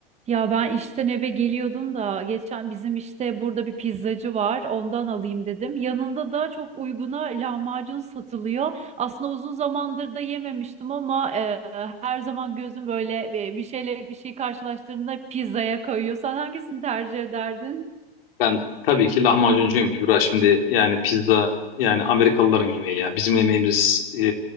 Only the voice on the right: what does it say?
Ya ben işten eve geliyordum da geçen bizim işte burada bir pizzacı var ondan alayım dedim. Yanında da çok uyguna lahmacun satılıyor. Aslında uzun zamandır da yememiştim ama e, her zaman gözüm böyle e, bir şeyle bir şey karşılaştığında pizzaya kayıyor. Sen hangisini tercih ederdin?